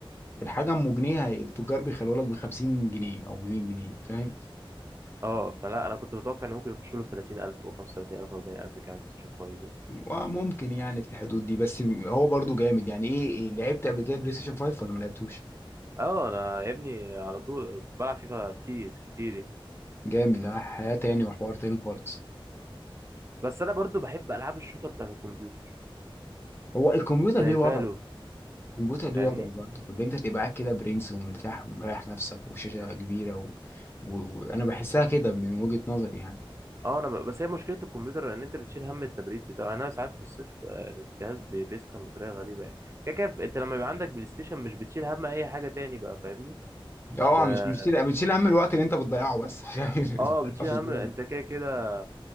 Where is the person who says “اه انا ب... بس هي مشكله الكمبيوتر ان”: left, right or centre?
Right